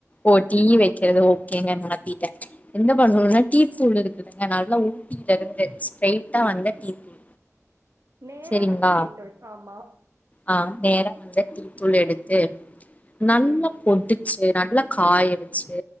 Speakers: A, on the left; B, on the right.
A: ஓ டீ வைக்கிறது ஓகேங்க மாத் திட்ட என்ன பண்ணனுனா டீ தூள் இருக்குதுங்க நல்ல ஊட்டியில இருந்து ஸ்ட்ரைட்டா வந்த டீ தூள்
B: நேரா
A: சரிங்ளா
B: வந்து டீ தூள் ஆமா
A: ஆ நேர அந்த டீத்தூள் எடுத்து நல்லா
B: ம்
A: பொடுச்சு நல்லா காய வச்சு